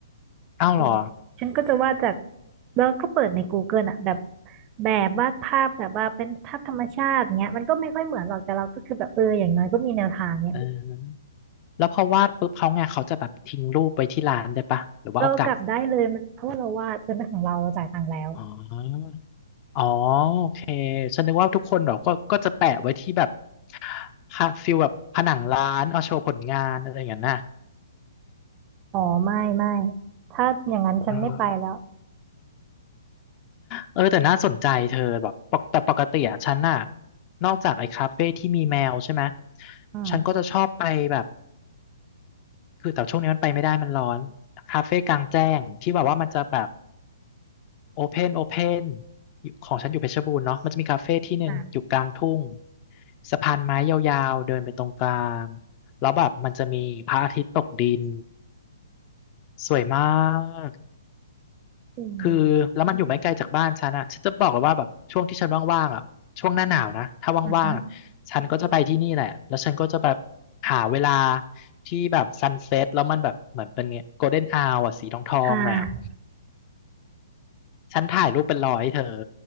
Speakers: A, on the left; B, on the right.
A: อ้าวเหรอ
B: เออฉันก็จะวาดจากแล้วก็เปิดใน Google อ่ะแบบแบบวาดภาพแบบว่าเป็นภาพธรรมชาติเงี้ยมันก็ไม่ค่อยเหมือนหรอกแต่เราก็คือแบบเอออย่างน้อยก็มีแนวทางเนี้ย
A: เออแล้วพอวาดปุ๊บเขาไงเขาจะแบบทิ้งรูปไว้ที่ร้านได้ป่ะหรือว่าเอากลับ
B: เรากลับได้เลยมันเพราะว่าเราวาดเป็นของเราเราจ่ายตังค์แล้ว
A: อ๋ออ๋อโอเคฉันนึกว่าทุกคนเราก็ก็จะแปะไว้ที่แบบพะฟิลแบบผนังร้านเอาโชว์ผลงานอะไรอย่างนั้นน่ะ
B: อ๋อไม่ไม่ถ้าอย่างนั้นฉันไม่ไปแล้ว
A: เออ เออแต่น่าสนใจเธอแบบปกแต่ปกติอะฉันน่ะนอกจากไอ้คาเฟ่ที่มีแมวใช่ไหม
B: อืม
A: ฉันก็จะชอบไปแบบคือแต่ช่วงนี้มันไปไม่ได้มันร้อนคาเฟ่กลางแจ้งที่แบบว่ามันจะแบบโอเพนโอเพนของฉันอยู่เพชรบูรณ์เนาะมันจะมีคาเฟ่ที่หนึ่งอยู่กลางทุ่ง
B: อ่ะ
A: สะพานไม้ยาวๆเดินไปตรงกลางแล้วแบบมันจะมีพระอาทิตย์ตกดินสวยมาก
B: อืม
A: คือแล้วมันอยู่ไม่ไกลจากบ้านฉันอ่ะฉันจะบอกเลยว่าแบบช่วงที่ฉันว่างๆอ่ะช่วงหน้าหนาวนะถ้าว่างๆอะฉันก็จะไปที่นี่แหละแล้วฉันก็จะแบบ
B: อือฮึ
A: หาเวลาที่แบบซันเซ็ตแล้วมันแบบเหมือนเป็นเนี่ยโกลเด้นอาวอ่ะสีทองๆหน่อยอ่ะ
B: ค่ะ
A: ฉันถ่ายรูปเป็นร้อยเธอ